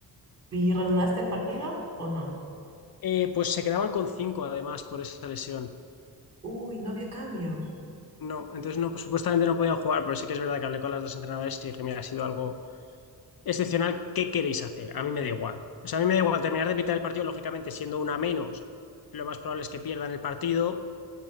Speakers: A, on the right; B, on the left.
A: ¿Y redundaste el partido o no?
B: Eh, pues se quedaban con cinco además por esa lesión.
A: Uy, no había cambio.
B: No, entonces no, supuestamente no podían jugar, pero sí que es verdad que hablé con las dos entrenadoras y dije, mira, ha sido algo excepcional, ¿qué queréis hacer? A mí me da igual. O sea, a mí me da igual terminar de pitar el partido, lógicamente, siendo una menos, lo más probable es que pierdan el partido.